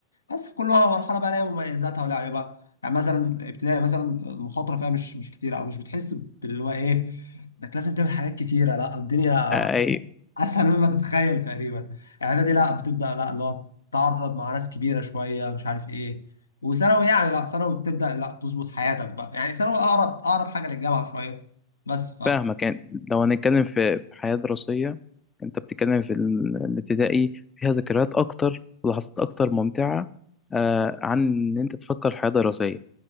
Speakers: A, on the left; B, on the left.
A: بس كل مرحله بقى لها مميزاتها ولها عيوبها يعني مثلا ابتدائي مثلا المخاطره فيها مش مش كتير او مش بتحس باللي هو ايه انك لازم تعمل حاجات كتيره لا الدنيا
B: امم
A: اسهل مما تتخيل تقريبا يعني دي لا بتبدا لا اللي هو تتعرض مع ناس كبيره شويه مش عارف ايه وثانوي يعني لا ثانوي بتبدا لا تظبط حياتك بقى يعني ثانوي اقرب اقرب حاجه للجامعه شويه بس ف
B: فاهمك يعني لو هنتكلم في في حياة دراسية انت بتتكلم في ال- الابتدائي فيها ذكريات اكتر ولحظات اكتر ممتعة آه عن ان انت تفكر في حياة دراسية